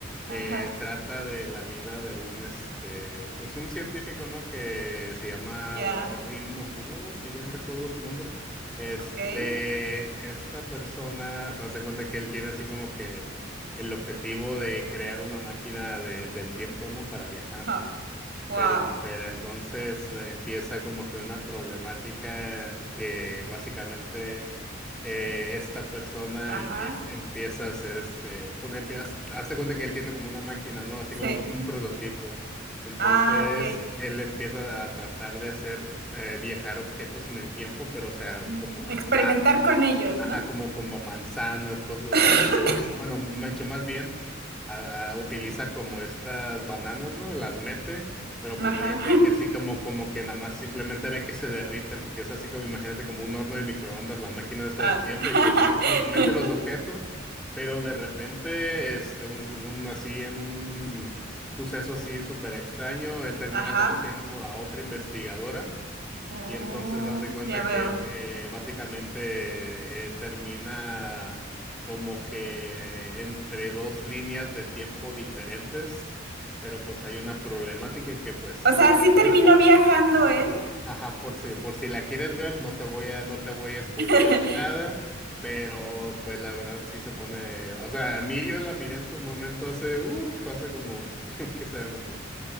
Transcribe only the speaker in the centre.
eh,
trata de la vida de un este, pues un científico, ¿no? Que se llama
o- Rin no Kubo, si bien recuerdo su nombre. Este,
esta persona, hace cuenta que él tiene así como que el objetivo de crear una máquina del del tiempo, ¿no? Para viajar.
Pero, pero entonces eh, empieza como que una problemática que básicamente eh, esta persona
empieza, empieza a hacer este, pues empieza, hace cuenta que él tiene como una máquina, ¿no? Así
como que un prototipo. Entonces
él empieza a tratar de hacer eh, viajar objetos en el tiempo, pero o sea,
como manza
Ajá,
como, como manzanas, cosas así,
¿no? Que, Bueno, mucho más bien a- a- utiliza como estas bananas, ¿no? Las mete, pero
pues ve, ve que así como, como que nada más simplemente ve que se derriten, porque es así como, imagínate, como un horno de microondas, la máquina esa
del tiempo,
y pues mete los, mete los objetos, pero de repente, este, un, un así en un suceso así súper extraño, él termina
conociendo a otra investigadora
y entonces haz de cuenta
que, que básicamente eh, termina como que entre dos líneas de tiempo diferentes, pero pues hay una problemática que pues,
o sea,
po- po-
po- ajá, por si, por si la quieres ver, no te voy a, no te voy a spoilear
ni nada, pero pues la verdad sí se pone, o sea, a mí yo la miré en su momento hace, uff, hace como, <laughs> que será como,